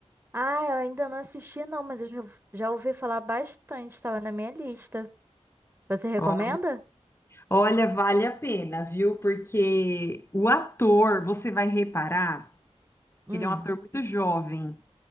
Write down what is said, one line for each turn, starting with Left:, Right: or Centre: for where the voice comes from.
Right: Ah, eu ainda não assisti não, mas eu já já ouvi falar bastante, estava na minha lista. Você recomenda?
Left: Ó- Olha, vale a pena, viu? Porque o ator, você vai reparar,
Right: Hum,
Left: ele é um ator muito jovem.